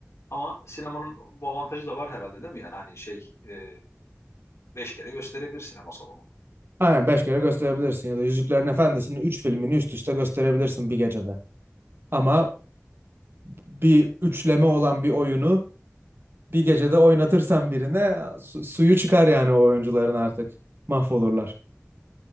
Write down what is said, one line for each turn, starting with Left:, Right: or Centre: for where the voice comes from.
Left: Ama sinemanın bu avantajı da var herhalde değil mi? Yani hani şey e, beş kere gösterebilir sinema salonu.
Right: Aynen beş kere gösterebilirsin ya da Yüzüklerin Efendisi'nin üç filmini üst üste gösterebilirsin bir gecede. Ama bir üçleme olan bir oyunu bir gecede oynatırsan birine su- suyu çıkar yani o oyuncuların artık. Mahvolurlar.